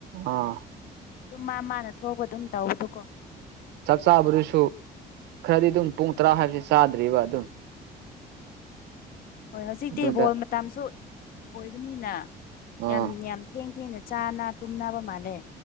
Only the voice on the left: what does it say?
ꯑꯗꯨꯝ ꯃꯥ ꯃꯥꯅ ꯊꯣꯛꯄ ꯑꯗꯨꯝ ꯇꯧꯕꯗ‌ꯣ ꯀꯣ
ꯍꯣꯏ ꯍꯧꯖꯤꯛꯇꯤ
ꯕꯣꯜ ꯃꯇꯝꯁꯨ ꯑꯣꯏꯕꯅꯤꯅ
ꯌꯥꯝ ꯌꯥꯝ ꯊꯦꯡ ꯊꯦꯡꯅ ꯆꯥꯅꯥ ꯇꯨꯝꯅꯕ ꯃꯥꯜꯂꯦ